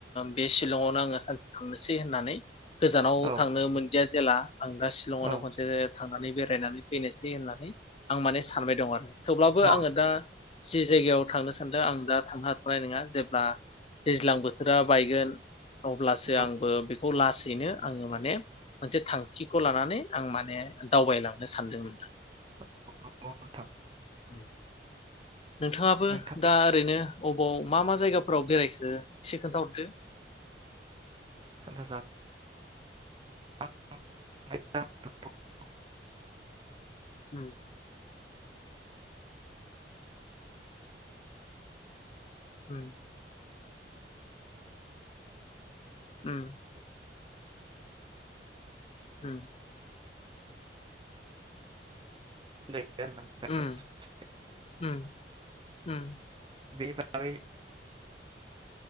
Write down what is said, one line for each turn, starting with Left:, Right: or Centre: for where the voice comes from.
Left: बे शिलंआवनो आङो सानसे थांनोसै होननानै गोजानाव
Right: औ
Left: थांनो मोनदियास जेला आं दा शिलंआवनो
Right: औ
Left: खनसे थांनानै बेरायनानै फैनोसै होननानै आं माने सानबाय दं आरो। थेवब्लाबो
Right: औ
Left: आङो दा जि जायगायाव थांनो सानदों आं दा थांनो हाथ'नाय नङा जेब्ला दैज्लां बोथोरा बायगोन अब्लासो
Right: नंगौ
Left: आंबो बे खौ लासैनो आङो माने मोनसे थांखिखौ लानानै आं माने दावबायलांनो सानदोंमोन।
Right: <unintelligible> थां
Left: <inaudible> नोंथाङाबो
Right: नोंथां
Left: दा ओरैनो अबाव मा मा जायगाफोराव बेरायखो सि खोनथाहरदो।
Right: खोनथा जाग <unintelligible>
Left: होम। उम। उम। होम।
Right: दे। <unintelligible>
Left: उम उम उम।
Right: बे <unintelligible>